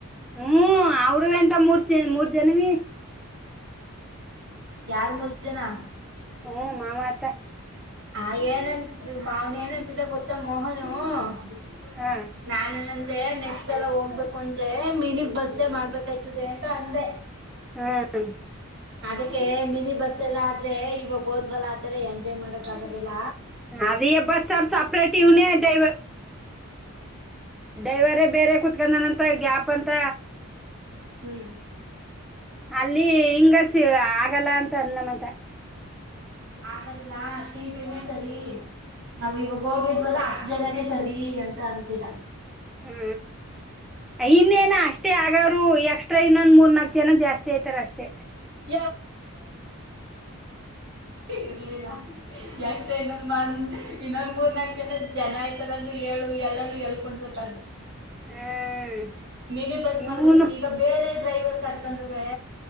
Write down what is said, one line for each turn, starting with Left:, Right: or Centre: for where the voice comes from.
Centre: ಹ್ಮ್ ಅವರುೂ ಅಂತ ಮೂರ್ ಮೂರ್ ಜನವಿೀ
Right: ಯಾರಿಗೆ ಹೊಡೆದಾರ.
Centre: ಹ್ಹು ಮಾಮತ.
Right: ಆ ಏನಂತ ಮಾನ್ ಏನಂತಿದ್ದ ಗೊತ್ತ ಮೋಹನು. <unintelligible>
Centre: ಹಾ
Right: ಆದ್ರೆ ನೆಕ್ಸ್ಟ್ ಸಲ ಹೋಗ್ಬೇಕು ಅಂದ್ರೆ ಮಿನಿ ಬಸ್ಸೇ ಮಾಡ್ಬೇಕಾಯ್ತದೆ ಅಂತ ಅಂದೆ.
Centre: ಹ್ಮ್
Right: ಅದಕ್ಕೆ ಮಿನಿ ಬಸ್ ಎಲ್ಲ ಆದ್ರೆ ಇವಾಗ ಹೋದ್ವಲ್ಲ ಆತರ ಎಂಜಾಯ್ ಮಾಡಕ್ ಆಗದಿಲ್ಲ.
Centre: ಅದೇ ಬಸ್ ಸರ್ ಸಪರೆೇಟ್ ಯುವ್ನೆ ಡ್ರೈವರ್. ಡ್ರೈವರೇ ಬೇರೆ ಕುತ್ಕೊಂಡನಂತ ಗ್ಯಾಪ್ ಅಂತ.
Right: ಹ್ಮ್
Centre: ಅಲ್ಲಿ ಹಿಂಗಸಿ ಆಗಲ್ಲ ಅಂತ ಅಂದನಂತ.
Right: ಆಗದಿಲ್ಲ ಅದ್ಕೆ <unintelligible> ನಾವ ಇವಾಗ ಹೋಗಿದ್ವಲ್ಲ ಅಷ್ಟ್ ಜನನೇ ಸರಿ ಅಂತ ಅಂತಿದ್ದ.
Centre: ಹೂ. ಇನ್ನೇನ ಅಷ್ಟೇ ಆಗೋರು ಎಕ್ಸ್ಟ್ರಾ ಇನ್ನೊಂದ್ ಮೂರ್ ನಾಲ್ಕು ಜನ ಜಾಸ್ತಿ ಆಯ್ತಾರ ಅಷ್ಟೇ.
Right: <unintelligible> ಇಲಿಲ್ಲ <unintelligible> ಮಾಡ ಇನ್ನೊಂದ ಮೂರ್ ನಾಕು ಜನ ಜನ ಐತಾರಂದ ಹೇಳು ಎಲ್ಲಾನು ಎಳ್ಕೊಂಡಸಕ್.
Centre: ಹ್ಮ
Right: ಮಿನಿ ಬಸ್
Centre: ಇವನು
Right: ಮಾಡ್ಬೇಕ ಈಗ ಬೇರೆ ಡ್ರೈವರ್ ಕರ್ಕೊಂಡ್ರುವೆ